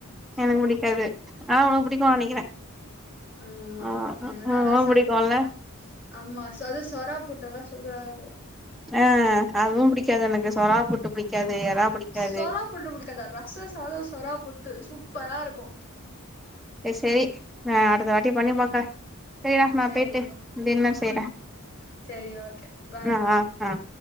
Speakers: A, on the left; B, in the centre.
A: ச
B: எனக்கு புடிக்காது ஆனா உனக்கு புடிக்குனு நெனைக்கிறே.
A: ஆமாமா
B: ஆ ஆ
A: எறால்லா
B: உனக்கு
A: சாப்ட்டுக்கலா.
B: புடிக்குல்ல
A: ஆமா அது சொறா புட்டு எல்லா சூப்பரா இருக்கு
B: ஆ, அதுவு புடிக்காது எனக்கு சொறா புட்டு புடிக்காது. எறா புடிக்காது
A: சொறா புட்டு புடிக்காதா? ரச சாதம், சொறா புட்டு சூப்பரா இருக்கு.
B: சேர் சேரி, நா அடுத்த வாட்டி பண்ணி பாக்கறே. செரிடா, நா
A: சரி
B: போயிட்டு டின்னர் செய்றே.
A: ம் சரி ஓகே பாய்
B: ஆ ஆ ஆ